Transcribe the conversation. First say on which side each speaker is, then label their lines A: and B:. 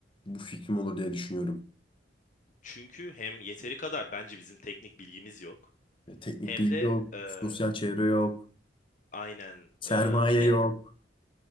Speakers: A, on the left; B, on the left.
A: bu fikrim olur diye düşünüyorum.
B: Çünkü hem yeteri kadar bence bizim teknik bilgimiz yok.
A: Ya teknik
B: Hem
A: bilgi
B: de
A: yok,
B: eee,
A: sosyal çevre yok,
B: aynen
A: sermaye
B: eee, bir de
A: yok.